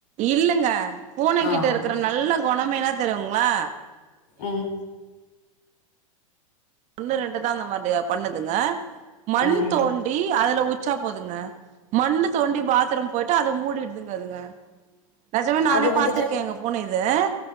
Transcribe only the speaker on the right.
இல்லங்க பூனை
கிட்ட இருக்கற நல்ல குணமே என்ன தருங்களா
ஒண்ணு ரெண்டு தான் அந்த மாதிரி பண்ணுதுங்க மண்
தோண்டி அதுல உச்சா போதுங்க மண்ணு தோண்டி பாத்ரூம் போயிட்டு அத மூடிடுதுங்க அதுங்க நெஜமே நானே
பாத்திருக்கேன் எங்க பூனை இது த